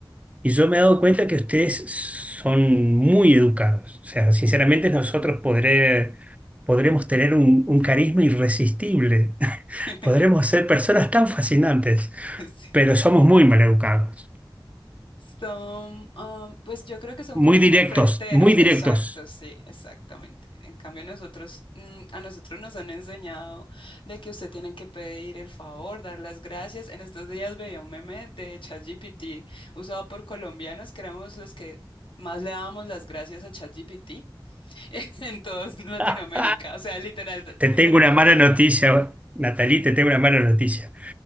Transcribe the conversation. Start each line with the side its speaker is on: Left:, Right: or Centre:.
Right: Y yo me he dado cuenta que ustedes son muy educados. O sea, sinceramente
Left: Mm.
Right: nosotros podré, podremos tener un, un carisma irresistible. <laughs>
Left: <laughs>
Right: Podremos ser personas tan fascinantes,
Left: Sí.
Right: pero somos muy mal educados.
Left: Son, um, pues yo creo que son
Right: Muy
Left: como
Right: directos,
Left: muy fronteros,
Right: muy
Left: exacto,
Right: directos.
Left: sí, exactamente. En cambio nosotros, mm, a nosotros nos han enseñado de que usted tiene que pedir el favor, dar las gracias. En estos días veía un meme de ChatGPT usado por colombianos, que éramos los que más le dábamos las gracias a ChatGPT <laughs> en toda Latinoamérica.
Right: <laughs>
Left: O sea, literal,
Right: Te
Left: hicieron
Right: tengo una
Left: como
Right: mala
Left: una...
Right: noticia, Natalie, te tengo una mala noticia.